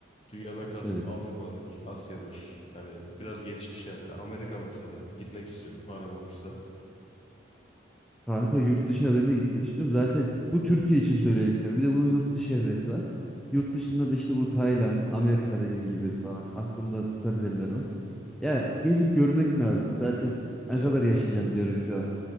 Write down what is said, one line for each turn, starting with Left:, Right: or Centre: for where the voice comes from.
Left: dünyadan kastım
Centre: evet.
Left: Avrupa'dır, Asya'dır. Yani biraz gelişmiş yerlere. Amerika mesela. Gitmek istiyorum param olursa.
Centre: Kanka yurt dışına ben de gitmek istiyorum. Zaten bu Türkiye için söylediklerim. Bir de bunun yurt dışı evresi var. Yurt dışında da işte bu Tayland, Amerika dediğin gibi falan. Aklımda bu tarz yerler var. Ya gezip görmek lazım. Zaten ne
Left: Evet.
Centre: kadar yaşayacaksın diyorum şu an.